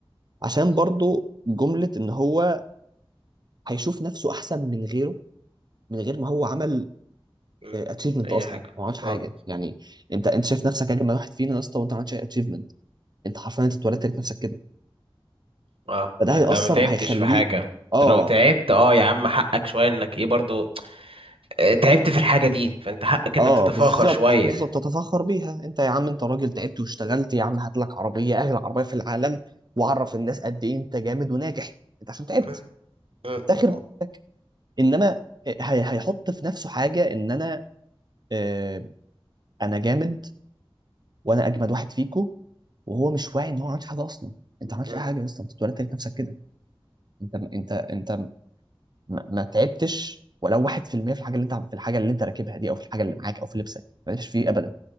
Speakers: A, on the right; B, on the right.
A: عشان
B: بالظبط.
A: برضه جملة ان هو هيشوف نفسه احسن من غيره من غير ما هو عمل
B: مم.
A: اتشيفمنت
B: اي
A: اصلا
B: حاجه
A: ما عملش حاجة
B: آه.
A: يعني انت انت شايف نفسك اجمل واحد فينا يا اسطى وانت ما عملتش اي اتشيفمنت انت حرفيا انت اتولدت لقيت نفسك كده
B: اه
A: فده
B: يعني
A: هيأثر
B: انت ما تعبتش
A: هيخليه
B: في حاجة
A: اه
B: انت لو تعبت اه يا عم حقك شوية انك ايه برضو آه، تعبت في الحاجة دي فانت حقك انك
A: اه
B: تتفاخر
A: بالظبط
B: شوية
A: بالظبط تتفخر بيها انت يا عم انت راجل تعبت واشتغلت يا عم هات لك عربيه اغلى عربيه في العالم وعرف الناس قد ايه انت جامد وناجح انت عشان تعبت
B: أه، أه،
A: افتخر
B: أه،
A: بنفسك انما آه، هي هيحط في نفسه حاجه ان انا آه انا جامد وانا اجمد واحد فيكو وهو مش واعي ان هو ما عملش حاجه اصلا انت ما عملتش
B: أه،
A: اي حاجه اصلا انت ولا تعبت نفسك كده انت انت انت ما, ما تعبتش ولو 1% في المية في الحاجه اللي انت في الحاجه اللي انت راكبها دي او في الحاجه اللي معاك او في لبسك مالكش فيه ابدا